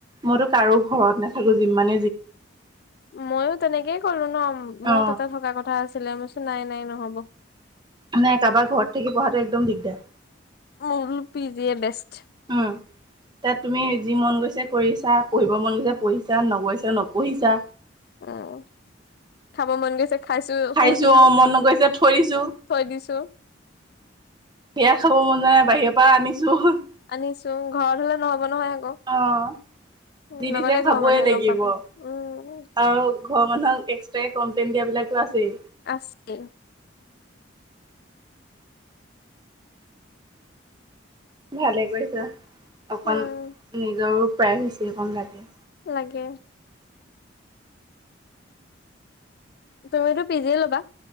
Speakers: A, on the right; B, on the left.
A: মইতো কাৰো ঘৰত না <unintelligible> যিমান
B: ময়ো তেনেকেই ক'লো ন', ময়ো
A: অ
B: তাতে থকা কথা আছ ছিলে ম কছো নাই, নাই নহ'ব।
A: নাই, কাবাৰ ঘৰ থাকি পঢ়াটো একদম দিগদাৰ।
B: <unintelligible> PGA best.
A: উম। তাত তুমি
B: উম
A: যি মন গৈছে পঢ়িছা। পঢ়িব মন গৈছে পঢ়িছা, নগৈছা নপঢ়িছা।
B: অ', খাব মন গৈছে খাইছোঁ,
A: খাইছো
B: পঢ়িছোঁ,
A: অ মন নগৈছে থৈ দিছো
B: থৈ দিছোঁ।
A: সেয়া খাব মন যোৱা নাই, বাহিৰৰ পৰা আনিছোঁ।
B: আনিছোঁ, ঘৰত হ'লে নহ'ব নহয় আকৌ।
A: অ',
B: উম
A: যি
B: লগতে
A: দিছে খাবই
B: ঘৰৰ মানুহে
A: লাগিব।
B: গম পাব
A: আৰু
B: উম
A: ঘৰৰ মানুহক এক্সট্ৰাকে কমপ্লেইন দিয়া বিলাকটো আছেই।
B: আ ছে।
A: ভালেই কৰিছা। অকণ
B: উম
A: নিজৰো প্ৰাইভেচী অকণ লাগে।
B: লাগে। তুমিতো পিজিএ ল'বা?